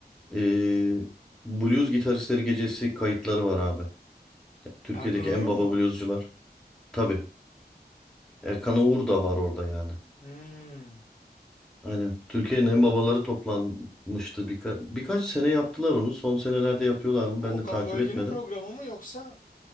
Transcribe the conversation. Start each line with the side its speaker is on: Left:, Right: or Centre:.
Centre: Ee, Blues Gitaristleri Gecesi kayıtları var abi. Türkiye'deki
Left: Erkan Orhun
Centre: en baba
Left: mu?
Centre: bluescular. Tabii. Erkan Oğur da var orada yani.
Left: Hmm.
Centre: Aynen. Türkiye'nin en babaları toplanmıştı. Birka birkaç sene yaptılar onu. Son senelerde yapıyorlar mı?
Left: Bu
Centre: Ben
Left: Okan
Centre: de takip
Left: Bölge'nin
Centre: etmedim.
Left: programı mı yoksa